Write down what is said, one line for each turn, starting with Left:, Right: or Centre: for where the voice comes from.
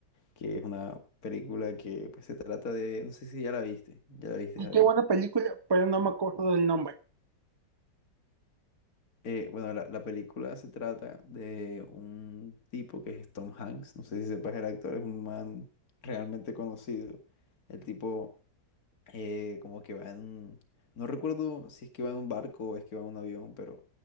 Left: que es una película que pues, se trata de, no sé si ya la viste, ya la viste,
Right: Y
Left: Javier.
Right: qué buena película, pero no me acuerdo del nombre.
Left: Eh, bueno, la, la película se trata de un tipo que es Tom Hanks, no sé si sepas el actor, es un man realmente conocido. El tipo eh, como que va en, no recuerdo si es que va en un barco o es que va en un avión, pero